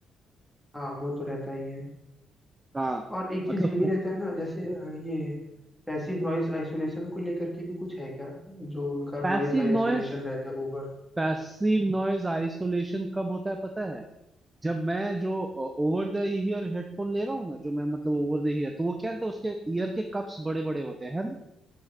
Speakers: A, in the centre; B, on the right.
A: हाँ वो तो रहता ही है
B: हाँ
A: और एक
B: मतलब
A: चीज़ ये भी रहता है ना जैसे अ, ये पैसिव नॉइस आइसोलेशन को लेकर के भी कुछ है क्या जो उनका नॉइस
B: passive
A: आइसोलेशन
B: noise
A: रहता है ओवर
B: passive noise isolation कब होता है पता है जब मैं जो ओवर द ईयर हेडफोन ले रहा हूँ ना जो मैं मतलब ओवर द ईयर तो वो क्या रहता है उसके ईयर के कप्स बड़े बड़े होते हैं है ना